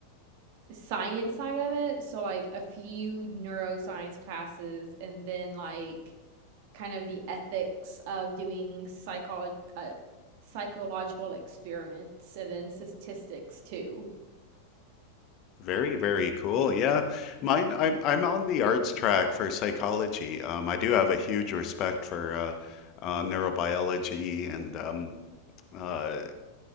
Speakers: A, on the right; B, on the left.
A: science side of it. So like a few neuroscience classes and then like kind of the ethics of doing psycholo- uh, psychological experiments and then statistics too.
B: Very, very cool. Yeah. Mine, I'm, I'm on the arts track for psychology. Um, I do have a huge respect for uh, uh, neurobiology and um, uh,